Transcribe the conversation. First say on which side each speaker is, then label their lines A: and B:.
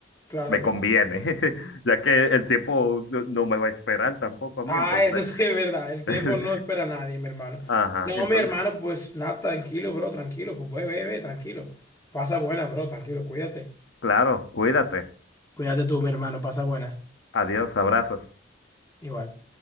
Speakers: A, on the left; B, on the left.
A: Claro,
B: Me
A: claro.
B: conviene, <laughs> ya que el tiempo no, no me va a esperar tampoco a
A: Ah,
B: mí, entonces,
A: eso sí es verdad. El tiempo
B: <laughs>
A: no espera a nadie, mi hermano.
B: ajá,
A: No,
B: entonces
A: mi hermano, pues nada, tranquilo, bro, tranquilo, pues ve, ve, ve, tranquilo. Pasa buena, bro, tranquilo, cuídate.
B: Claro, cuídate.
A: Cuídate tú, mi hermano, pasa buenas.
B: Adiós, abrazos.
A: Igual.